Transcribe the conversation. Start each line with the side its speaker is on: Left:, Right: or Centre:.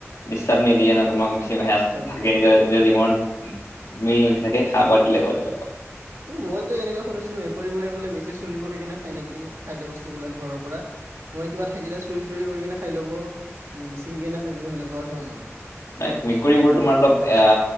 Left: ডিষ্টাৰ্ব নিদিয়ে ন তোমাক বেছি
Right: ডিষ্টাৰ্ব
Left: <inaudible>
Right: নিদিয়ে
Left: নিজৰ জীৱনত মিল নুঠি থাকে সাৰ বাদ দিলে হ'ল আৰু।
Right: ত মইতো এনেকে শুনিছো মেকুৰীবোৰে বোলে বেছি চুৰি কৰি কিনে খাই নেকি খাদ্য বস্তুবিলাক ঘৰৰ পৰা। তোমাৰ কিবা থাকিলে চুৰি তুৰি কৰি কিনে খাই লব ছিঙি কেনে খাই লব সেনেকুৱা ধৰণৰ।
Left: ম মেকুৰীবোৰ
Right: হুম,
Left: তোমাৰ অলপ এ